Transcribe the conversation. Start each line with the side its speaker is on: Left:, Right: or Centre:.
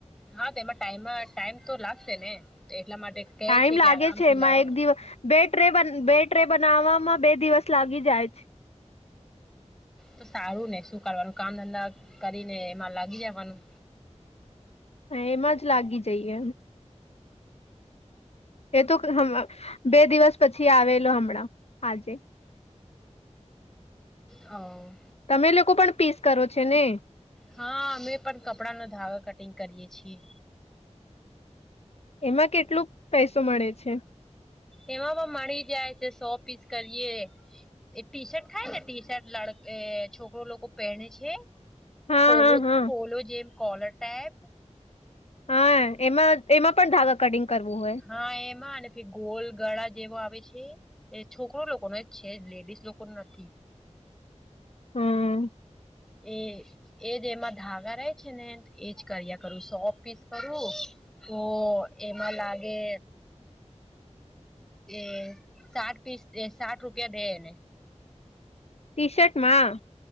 Centre: હા તો એમાં ટાઈમા ટાઈમ તો લાગશે ને એટલા માટે કહે
Left: ટાઈમ
Centre: છે
Left: લાગે
Centre: કે આરામથી
Left: છે એમાં
Centre: લાવો
Left: એક દિવસ. બે ટ્રે બ, બે ટ્રે બનાવવામાં બે દિવસ લાગી જાય છે.
Centre: તો સારું ને શું કરવાનું, કામ ધંધા કરીને એમાં લાગી જવાનું.
Left: એમાં જ લાગી જઈએ. એ તો હમ, બે દિવસ પછી આવેલો હમણાં, આજે.
Centre: હા.
Left: તમે લોકો પણ પીસ કરો છે ને?
Centre: હા અમે પણ કપડાનો ધાગો કટિંગ કરીએ છીએ.
Left: એમાં કેટલું પૈસો મળે છે?
Centre: એવામા મળી જાય છે સો પીસ કરીએ એ ટીશર્ટ ખાયને, ટીશર્ટ લડએ, છોકરો લોકો પહેને છે.
Left: હા
Centre: પોલો
Left: હા હા
Centre: પોલો જેમ કોલર ટેબ
Left: હા એમાં એમાં પણ ધાગા કટિંગ કરવું હોય?
Centre: હા એમાં અને ફિર ગોલ ગળા જેવો આવે છે. એ છોકરો લોકોને, છે જ લેડીસ લોકો નથી.
Left: હમ્મ
Centre: એ એજ એમાં ધાગા રહેે છે ને એજ કર્યા કરવું સો પીસ કરું. તો એમાં લાગે એ સાઠ પીસ એ સાઠ રૂપિયા બે એને.
Left: ટી શર્ટમાં?